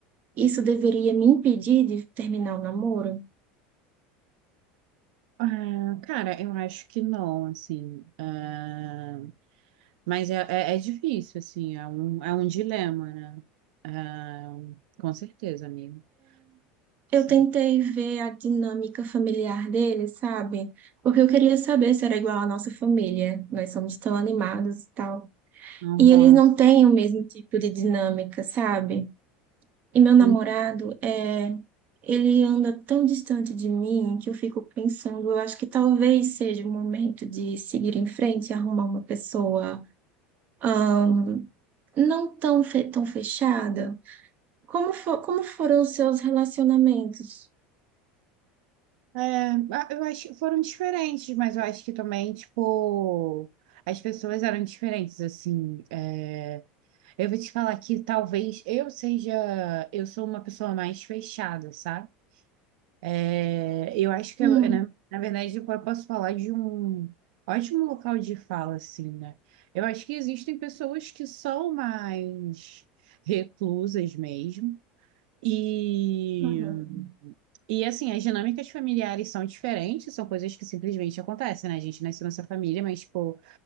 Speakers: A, on the right (about 35°); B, on the right (about 70°).
A: isso deveria me impedir de terminar o namoro?
B: Ah, cara, eu acho que não, assim. ah, mas é, é, é difícil, assim, é um, é um dilema, né? Ah, com certeza, amigo. Sim.
A: Eu tentei ver a dinâmica familiar dele, sabe? Porque eu queria saber se era igual à nossa família. Nós somos tão animados e tal.
B: Aham.
A: E eles não têm o mesmo tipo de dinâmica, sabe? E meu namorado,
B: Sim.
A: é, ele anda tão distante de mim que eu fico pensando, eu acho que talvez seja o momento de seguir em frente e arrumar uma pessoa, ahn, não tão, fe- tão fechada. Como, fo- como foram os seus relacionamentos?
B: É, ah, eu acho que foram diferentes, mas eu acho que também, tipo, as pessoas eram diferentes, assim. é, Eu vou te falar que talvez eu seja, eu sou uma pessoa mais fechada, sabe? É, eu acho que,
A: Hum,
B: eu, né, na verdade, eu posso falar de um ótimo local de fala, assim, né? Eu acho que existem pessoas que são mais reclusas mesmo. E,
A: Uhum.
B: e assim, as dinâmicas familiares são diferentes, são coisas que simplesmente acontecem, né? A gente nasce nessa família, mas, pô.